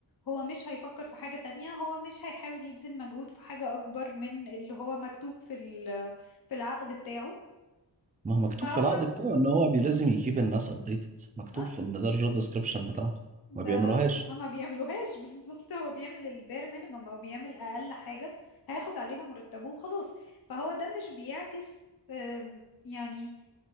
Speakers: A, on the left (about 60°); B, on the right (about 20°).
A: هو مش هيفكر في حاجة تانية هو مش هيحاول يبذل مجهود في حاجة اكبر من اللي هو مكتوب في ال- في العقد بتاعه
B: ما هو مكتوب
A: فهو
B: في العقد بتاعه ان هو بي- لازم يكيب الناس ابديتد مكتوب
A: اي
B: في ان ده الجوب ديسكربشن بتاعته
A: ده
B: ما بيعملوهاش
A: اما بيعملوهاش <laughs> بالظبط هو بيعمل البير مينيمم او بيعمل اقل حاجة هياخد عليها مرتبه وخلاص فهو ده مش بيعكس أم، يعني